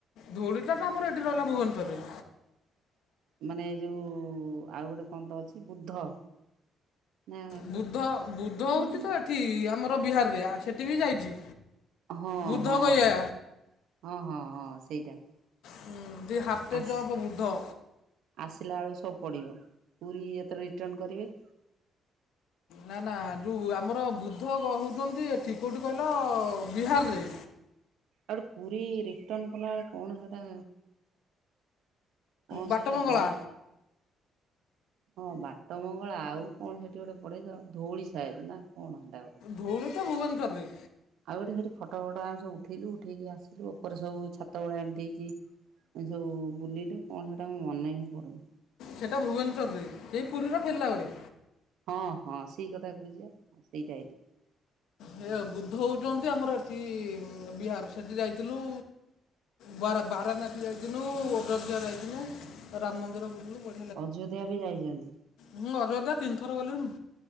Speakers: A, on the left (about 85°); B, on the right (about 80°).
A: ଧଉଳିଟା ତ ଆମର ଏଠି ରହିଲା ଭୁବନେଶ୍ୱରରେ।
B: ମାନେ ଏଯୋଉ ଆଉ ଗୋଟେ କଣ ତ ଅଛି ବୁଦ୍ଧ ନା
A: ବୁଦ୍ଧ ବୁଦ୍ଧ ହଉଛି
B: ମାନେ
A: ତ ଏଠି ଆମର ବିହାରରେ ଆ ସେଠି ବି ଯାଇଛି।
B: ହଁ
A: ବୁଦ୍ଧ
B: ହଁ
A: ଗୟା
B: ହଁ ହଁ ହଁ ସେଇଟା।
A: ହୁଁ ଦି ହାତେ
B: ଆସ
A: ଯବ ବୁଦ୍ଧ।
B: ଆସିଲା ବେଳକୁ ସବୁ ପଡ଼ିବ ପୁରୀ ଏତେବେଳେ ରିଟନ୍ କରିବେ।
A: ନାଁ ନାଁ ଯୋଉ ଆମର ବୃଦ୍ଧ ହଉଛନ୍ତି ଏଠି କଉଠି କହିଲ ବିହାରରେ।
B: ଆଉଗୁଟେ ପୁରୀ ରିଟନ୍ କଲାବେଳେ କଣ ହେଟା? ଓ
A: ବାଟମଙ୍ଗଳା
B: ସେଟା ପରେ ତ ହଁ ବାଟ ମଙ୍ଗଳା ଆଉ କଣ ସେଠି ଗୋଟେ ପଡେତ ଧଉଳି ସାଏଦ ନାଁ କଣ ହେଟାଗୁଟେ।
A: ଧଉଳି ତ ଭୁବନେଶ୍ୱର ରେ।
B: ଆଉ ଗୋଟେ ସେଠି ଫଟ ଫଟ ଆମେ ସବୁ ଉଠେଇଲୁ ଉଠେଇକି ଆସିଲୁ ଉପରେ ସବୁ ଛାତଭଳିଆ ଏମିତି ହେଇଛି। ଏ ସବୁ ବୁଲିଲୁ କଣ ସେଟା ମୁଁ ମନେ ହିଁ ପଡ଼ୁନି।
A: ସେଟା ଭୁବନେଶ୍ୱରରେ ସେଇ ପୁରୀର ଫେରିଲା ବେଳେ।
B: ହଁ ହଁ ସେଇ କଥା କହୁଛି ଆ ସେଇଟା ହେଇଥିବ
A: ହେ ବୁଦ୍ଧ ହଉଛନ୍ତି ଆମର ଏଠି ବିହାର ସେଠି ଯାଇଥିଲୁ ବାରା ବାରାନାସୀ ଯାଇଥିଲୁ ଅଯୋଧ୍ୟା ଯାଇଥିଲିନୁ ରାମ ମନ୍ଦିର ବୁଲିଲୁ ପ
B: ଅଯୋଧ୍ୟା ବି ଯାଇଚନ୍ତି?
A: ହୁଁ ଅଯୋଧ୍ୟା ତିନି ଥର ଗଲିଣି।